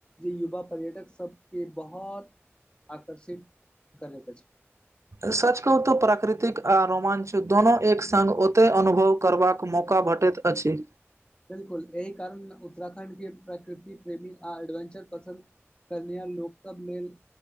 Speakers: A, on the left; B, on the right.
A: जे युवा पर्यटक सबके बहोत आकर्षित करैत अछि।
B: सच कहूं तो प्राकृतिक आ रोमांच दोनों एक संग ओतऽ अनुभव करबाक मौका भेटैत अछि।
A: बिलकुल एई कारण उत्तराखण्ड के प्रकृति प्रेमी आ एडवेंचर पसन्द करनिहार लोक सब लेल